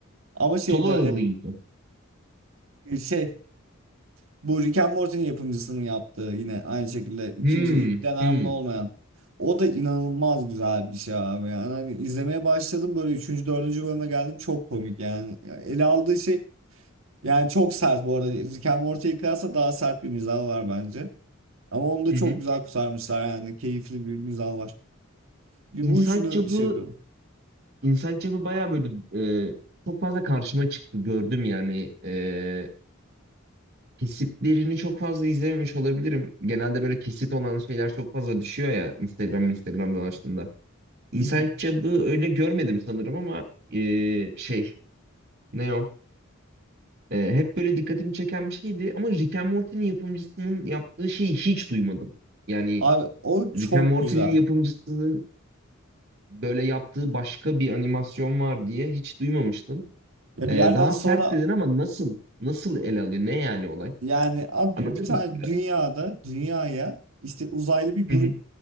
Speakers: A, on the right; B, on the right.
A: Ama şeyde
B: Solo Level'ı izledim.
A: e, şey Bu Rick and Morty'nin yapımcısının yaptığı yine aynı şekilde ikinci
B: Hmm,
A: ilk deneyimin
B: hmm.
A: olmayan. O da inanılmaz güzel bir şey abi. Yani hani izlemeye başladım böyle üçüncü, dördüncü bölüme geldim. Çok komik yani. Yani Ele aldığı şey yani çok sert bu arada. Rick and Morty'ye kıyasla daha sert bir mizahı var bence. Ama onu da
B: Hı
A: çok
B: hı.
A: güzel kurtarmışlar yani. Keyifli bir mizahı var. Bu
B: Inside
A: üçünü
B: Job'ı
A: şey yapıyorum.
B: Inside Job'ı bayağı böyle e, çok fazla karşıma çıktı gördüm yani e, kesitlerini çok fazla izlememiş olabilirim. Genelde böyle kesit olan şeyler çok fazla düşüyor ya Instagram Instagram dolaştığında. Inside
A: <laughs>
B: Job'ı
A: <laughs>
B: öyle görmedim sanırım ama e, şey ne o? E, hep böyle dikkatimi çeken bir şeydi ama Rick and Morty'nin yapımcısının yaptığı şeyi hiç duymadım. Yani
A: Abi o çok
B: Rick and Morty'nin
A: güzel.
B: yapımcısının böyle yaptığı başka bir animasyon var diye hiç duymamıştım.
A: Ya
B: Ee,
A: bir yerden
B: daha
A: sonra
B: sert dedin ama nasıl nasıl ele alıyor? Ne yani olay?
A: Yani abi
B: Anlatır
A: bir tane
B: mısın biraz?
A: dünyada dünyaya işte uzaylı bir grup
B: Hı hı